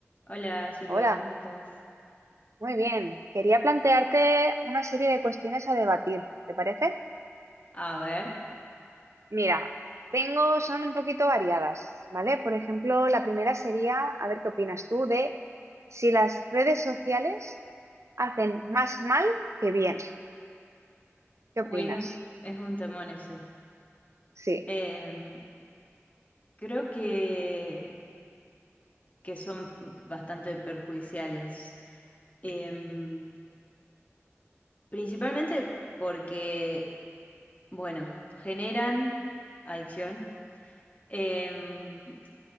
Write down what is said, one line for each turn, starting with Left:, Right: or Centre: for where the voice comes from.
Left: Hola Silvia,
Right: Hola,
Left: ¿cómo estás?
Right: muy bien. Quería plantearte una serie de cuestiones a debatir, ¿te parece?
Left: A ver,
Right: Mira, tengo, son un poquito variadas, ¿vale? Por ejemplo, la primera sería, a ver qué opinas tú de si las redes sociales hacen más mal que bien. ¿Qué
Left: uy,
Right: opinas?
Left: es, es un temón ese.
Right: Sí,
Left: Em, creo que, que son bastante perjudiciales. Em, principalmente porque, bueno, generan adicción, em,